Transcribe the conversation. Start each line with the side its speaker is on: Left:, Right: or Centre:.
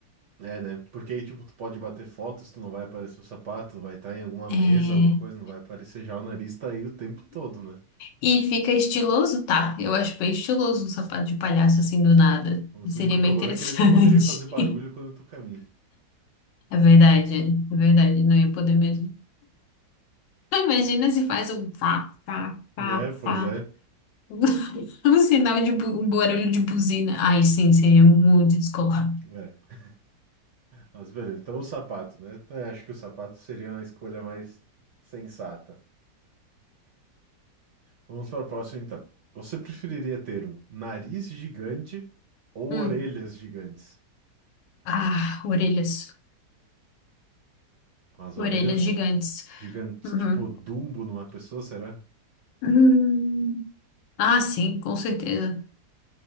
Right: É, né? Porque aí, tipo, tu pode bater fotos, tu não vai aparecer o sapato, vai estar em alguma mesa,
Left: É,
Right: alguma coisa, não vai aparecer já o nariz, tá aí o tempo todo, né?
Left: E fica estiloso, tá? Eu acho bem estiloso um sapato de palhaço assim do
Right: É.
Left: nada.
Right: O
Left: Seria
Right: único problema
Left: bem interessante.
Right: é que ele não poderia fazer barulho
Left: <laughs>
Right: quando tu caminha.
Left: É verdade, é verdade. Não ia poder mesmo. Ah, Imagina se faz um fá, fá, fá,
Right: É, pois
Left: fá.
Right: é.
Left: <laughs> Um sinal de bu- um barulho de buzina. Ai, sim, seria muito descolado.
Right: É. Mas beleza, então o sapato, né? É, acho que o sapato seria uma escolha mais sensata. Vamos para o próximo, então. Você preferiria ter um nariz gigante ou
Left: Hum.
Right: orelhas gigantes?
Left: Ah, orelhas.
Right: As
Left: Orelhas
Right: orelhas
Left: gigantes.
Right: gigantes,
Left: Uhum.
Right: tipo Dumbo numa pessoa, será?
Left: Hum. Ah, sim, com certeza.